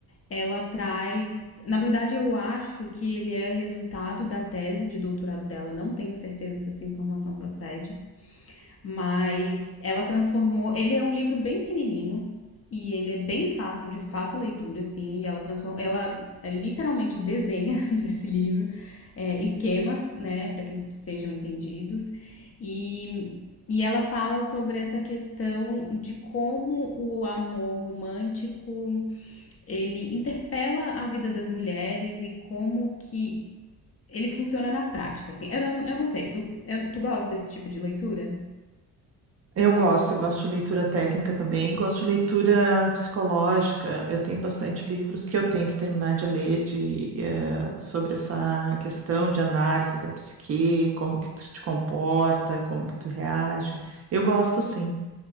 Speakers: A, on the left; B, on the right.
A: ela traz, na verdade eu acho que ele é resultado da tese de doutorado dela, não tenho certeza se essa informação procede, mas ela transformou. Ele é um livro bem pequenininho e ele é bem fácil, de fácil leitura, assim. E ela transforma, ela é, literalmente desenha <laughs> nesse livro é, esquemas, né, para que sejam entendidos. E, e ela fala sobre essa questão de como o amor romântico ele interpela a vida das mulheres e como que ele funciona na prática, assim. Eu não, eu não sei, tu, eu- tu gosta desse tipo de leitura?
B: Eu gosto, eu gosto de leitura técnica também, gosto de leitura psicológica. Eu tenho bastante livros que eu tenho que terminar de ler de, eh, sobre essa questão de análise da psique, como que tu te comporta, como que tu reage. Eu gosto, sim.